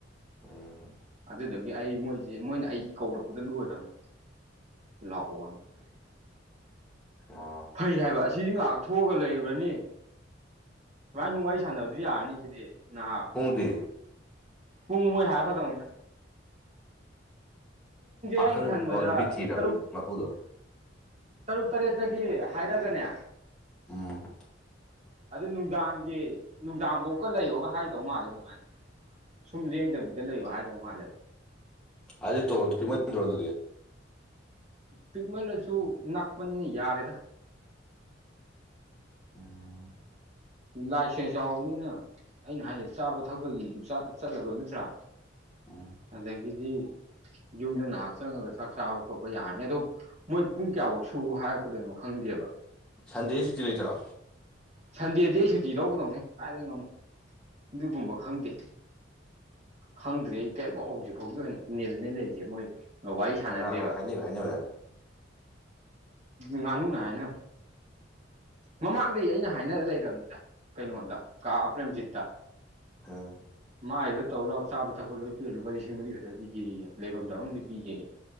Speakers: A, in the centre; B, on the right.
A: ꯎꯝ
B: ꯑꯗꯨꯗꯒꯤ ꯑꯩ ꯃꯣꯏꯁꯦ ꯃꯣꯏꯅ ꯑꯩꯒꯤ ꯀꯧꯔꯛꯄꯗ ꯂꯣꯏꯔꯝꯅꯦ ꯂꯥꯛꯑꯣ ꯋꯥ
A: ꯑꯣ
B: ꯐꯩ ꯍꯥꯏꯕ ꯑꯁꯤꯗꯤ ꯉꯥꯏꯍꯥꯛ ꯊꯣꯛꯑꯒ ꯂꯩꯔꯨꯔꯅꯤ ꯁꯨꯃꯥꯏ ꯁꯨꯝ ꯋꯥꯔꯤ ꯁꯥꯟꯅꯕꯁꯨ ꯌꯥꯔꯅꯤ ꯁꯤꯗꯤ ꯅꯍꯥꯛ
A: ꯄꯨꯡꯗꯦ
B: ꯄꯨꯡ ꯃꯣꯏ ꯍꯥꯏꯀꯗꯧꯅꯤꯗ
A: ꯄꯥꯈꯪ
B: ꯑꯩꯅ ꯈꯟꯕꯗ
A: ꯑꯣ ꯅꯨꯄꯤ ꯊꯤꯔꯕꯅꯤ
B: ꯇꯔꯨꯛ
A: ꯃꯄꯨꯗꯣ
B: ꯇꯔꯨꯛ ꯇꯔꯦꯠꯇꯒꯤ ꯍꯥꯏꯔꯒꯅꯦ
A: ꯎꯝ
B: ꯑꯗꯨ ꯅꯨꯡꯗꯥꯡꯒꯤ ꯅꯨꯡꯗꯥꯡꯐꯧꯀ ꯂꯩꯌꯣꯒ ꯍꯥꯏꯦ ꯍꯥꯏꯗꯧ ꯃꯥꯜꯂꯦ ꯑꯗꯨꯃꯥꯏꯅ ꯁꯨꯝ ꯂꯦꯡꯗꯕꯤꯗ ꯂꯩꯌꯣ ꯍꯥꯏꯗꯧ ꯃꯥꯜꯂꯦꯕ
A: ꯑꯒꯤ ꯇꯂ ꯇ ꯀꯃꯗꯔꯗꯨꯔꯤ
B: ꯄꯤꯛꯃꯜꯂꯁꯨ ꯅꯛꯄꯅꯤꯅ ꯌꯥꯔꯦꯗ
A: ꯎꯝ
B: ꯂꯥꯏꯁꯦꯟꯁ ꯌꯥꯎꯕꯅꯤꯅ ꯑꯩꯅ ꯍꯥꯏꯁꯦ ꯆꯥꯕ ꯊꯛꯄꯒꯤꯁꯨ ꯆꯠꯂꯔꯣꯏ ꯅꯠꯇ꯭ꯔꯥ
A: ꯎꯝ
B: ꯑꯗꯒꯤ ꯗꯤ ꯌꯨꯝꯗ ꯉꯍꯥꯛ ꯆꯪꯉꯒ ꯆꯥꯛ ꯆꯥꯕ ꯈꯣꯠꯄ ꯌꯥꯔꯅꯤ ꯑꯗꯣ ꯃꯣꯏ ꯄꯨꯡ ꯀꯌꯥꯐꯧ ꯁꯨ ꯍꯥꯏ ꯆꯠꯄꯗꯣꯏꯩꯅꯣ ꯈꯪꯗꯦꯕ
A: ꯁꯟꯗꯦꯁꯤꯗꯤ ꯂꯩꯇꯔꯣ
B: ꯁꯟꯗꯦꯗꯤ ꯑꯩ ꯁꯨꯇꯤ ꯂꯧꯒꯗꯧꯅꯦ ꯀꯥꯏꯗꯒꯤꯩ ꯉꯝꯃꯨ ꯑꯗꯨꯒꯨꯝꯕ ꯈꯪꯗꯦ ꯈꯪꯗ꯭ꯔꯤ ꯑꯩ ꯀꯔꯤꯝꯐꯥꯎ ꯍꯧꯖꯤꯛ ꯐꯥꯎꯒꯤ ꯑꯣꯏꯅ ꯅꯤꯜꯅꯦ ꯂꯩꯔꯤꯁꯦ ꯃꯣꯏ ꯋꯥꯔꯤ ꯁꯥꯟꯅꯗ꯭ꯔꯦꯕ
A: ꯀꯅꯥ ꯀꯅꯥ ꯍꯥꯏꯅꯩꯕ ꯍꯥꯏꯅꯕꯅ
B: ꯉꯥꯅꯨꯅ ꯍꯥꯏꯅꯣ ꯃꯃꯥꯡꯗꯒꯤꯩ ꯑꯩꯅ ꯍꯥꯏꯅ ꯂꯩꯔꯕꯅꯤꯗ ꯀꯩꯅꯣꯗ ꯀꯥ ꯄ꯭ꯔꯦꯝꯖꯤꯠꯇ
A: ꯑꯥ
B: ꯃꯥꯥꯏꯗ ꯇꯧꯔ ꯂꯥꯛꯑꯣ ꯆꯥꯕ ꯊꯛꯄ ꯂꯣꯏ ꯄꯤꯔꯦ ꯂꯨꯄꯥ ꯂꯤꯁꯤꯡ ꯃꯔꯤ ꯈꯛꯇ ꯄꯤꯒꯦꯒꯦ ꯂꯩꯐꯝ ꯆꯥꯐꯝ ꯂꯣꯏ ꯄꯤꯒꯦ